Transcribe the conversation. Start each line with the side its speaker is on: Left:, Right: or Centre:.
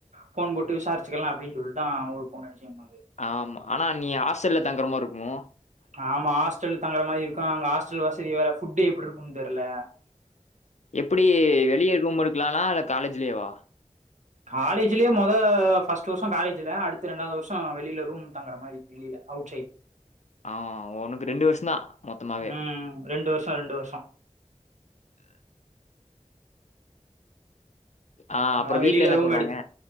Right: ஃபோன் போட்டு விசாரிச்சுக்கலா அப்டின்னு சொல்லிதான் ஒரு ஃபோன் அடிச்சேன் பா
Left: ஆமா ஆனா நீ ஹாஸ்டல்ல தங்குற மார் ருக்கும்
Right: ஆமா ஹஸ்டல் தங்குற மாதிரி இருக்கும் அங்க ஹாஸ்டல் வசதி வேற ஃபுட் எப்படி இருக்கும்னு தெரில
Left: எப்படி வெளியே ரூம் எடுக்கலாமா இல்ல காலேஜ்லயேவா
Right: காலேஜ்லயேொ மொத ஃபர்ஸ்ட் வருஷம் காலேஜ்ல அடுத்து ரெண்டாவது வருஷம் வெளியில ரூம் தங்குற மாதிரி வெளியில அவுட் சைடு
Left: ஆஹ் உனக்கு ரெண்டு வருஷம் தான் மொத்தமாவே
Right: ம் ரெண்டு வருஷோ ரெண்டு வருஷோ
Left: ஆ
Right: அதான்
Left: அப்புறம்
Right: வெளியில
Left: வீட்ல என்ன
Right: ரூம்
Left: சொல்றாங்க?
Right: எடுத்து